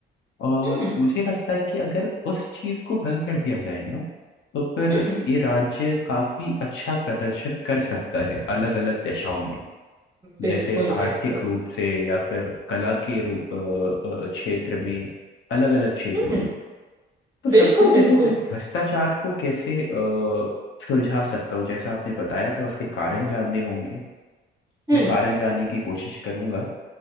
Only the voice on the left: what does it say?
और
मुझे लगता है कि अगर उस चीज को हल कर दिया जाए ना तो फिर
ये राज्य काफी अच्छा प्रदर्शन कर सकता है अलग अलग दिशाओं में
जैसे आर्थिक
रूप से या फिर कला के रूप अ, अ, क्षेत्र में अलग अलग क्षेत्रों
में तो सबसे
पहले
मैं भ्रष्टाचार को कैसे अ, सुलझा सकता हूँ जैसा आपने बताया था उसके कारण जानने होंगे
मैं कारण जानने की कोशिश करूंगा